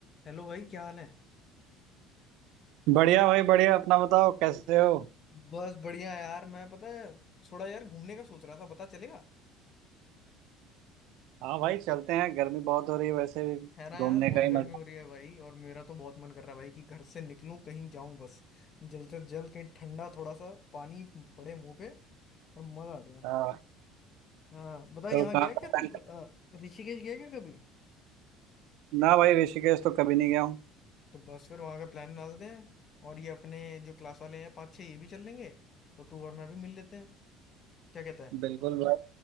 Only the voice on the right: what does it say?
बढ़िया भाई बढ़िया अपना बताओ कैसे हो
हाँ भाई चलते हैं गर्मी बहुत हो रही है वैसे भी
घूमने
का ही
मजा
हाँ
तो
कहाँ
का plan
कर-
ना भाई ऋषिकेश तो कभी नहीं गया हूँ
बिल्कुल भाई